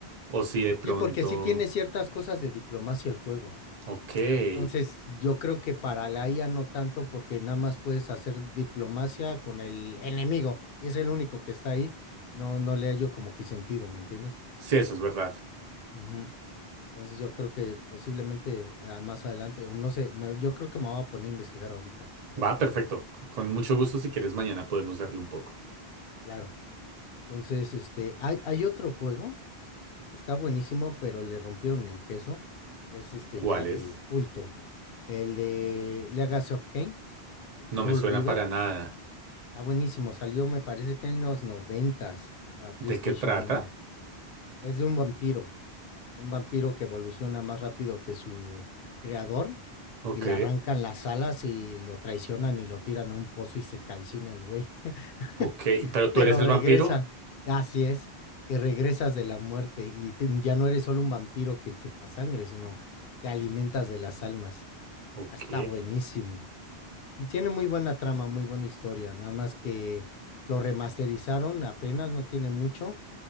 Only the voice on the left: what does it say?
Sí, porque sí tiene ciertas cosas de diplomacia el juego.
Entonces, yo creo que para la IA no tanto, porque nada más puedes hacer diplomacia con el enemigo y es el único que está ahí. No, no le hallo como que sentido, ¿me entiendes?
Ujú. Entonces, yo creo que posiblemente ah, más adelante, o no sé, me- yo creo que me voy a poner a investigar ahorita, a ver
qué
encuentro.
Claro. Entonces, este, hay, hay otro juego que está buenísimo, pero le rompieron el queso. Es este
ya
de culto. El de Legacy of Kain,
Soul
River.
Está buenísimo, salió me parece que en los noventas para PlayStation
uno. Es de un vampiro, de un vampiro que evoluciona más rápido que su creador
y le arrancan las alas y lo traicionan y lo tiran a un pozo y se calcina el güey. <laughs>
Pero
regresa,
así es, y regresas de la muerte y te- ya no eres solo un vampiro que chupa sangre, sino te alimentas de las almas.
Ah, Está buenísimo. Tiene muy buena trama, muy buena historia, nada más que lo remasterizaron apenas, no tiene mucho,